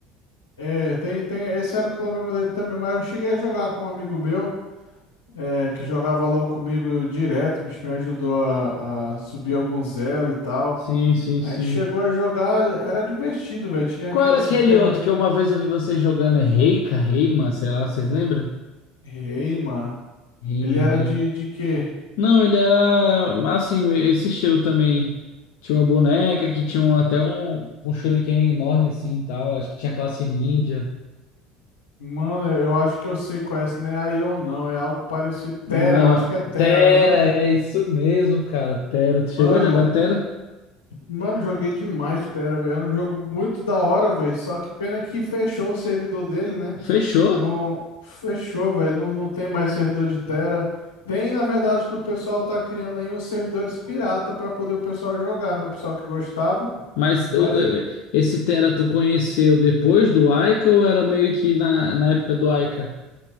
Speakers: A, on the left; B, on the left.
A: É, tem, tem, esse era o problema dele também, mas eu cheguei a jogar com um amigo meu, é, que jogava LOL comigo direto, o bicho me ajudou a, a subir alguns elo e tal.
B: Sim, sim,
A: A
B: sim.
A: gente chegou a jogar, era divertido, velho, tinha
B: Qual
A: aquele
B: era
A: sistema
B: aquele outro
A: de...
B: que uma vez eu vi vocês jogando? É Reika, Reima, sei lá, vocês lembram?
A: Ei, mano,
B: Reima,
A: ele era
B: Reika.
A: de, de quê?
B: Não, ele era assim, esse estilo também. Tinha uma boneca que tinha um- até um, um shuriken enorme assim e tal. Acho que tinha classe ninja.
A: Mano, eu eu acho que eu sei qual é esse, não é Aion não, é algo parecido, Terra,
B: Não,
A: eu acho que é Terra,
B: Tera,
A: né não?
B: é isso mesmo, cara. Tera, tu chegou
A: Mano,
B: a jogar Tera?
A: mano, joguei demais Terra, velho, era um jogo muito da hora, velho, só que pena que fechou o servidor dele, né?
B: Fechou?
A: Não, fechou, velho. Não, não tem mais servidor de Terra. Tem, na verdade, que o pessoal tá criando aí uns servidores pirata pra poder o pessoal jogar, né? O pessoal que gostava.
B: Mas o-
A: Mas,
B: eu-
A: e-
B: esse Tera tu conheceu depois do Aika ou era meio que na, na época do Aika?